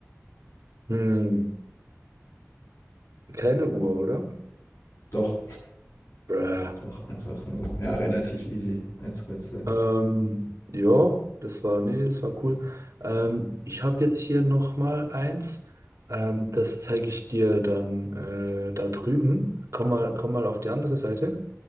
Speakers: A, on the right; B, on the left.
A: Hm, keine Uhr, oder?
B: Doch,
A: Bruh.
B: doch, einfach nur, ja, relativ easy als Rätsel.
A: Ähm, ja, das war, nee, das war cool. Ähm, ich habe jetzt hier nochmal eins. Ähm, das zeige ich dir dann äh, da drüben. Komm mal, komm mal auf die andere Seite.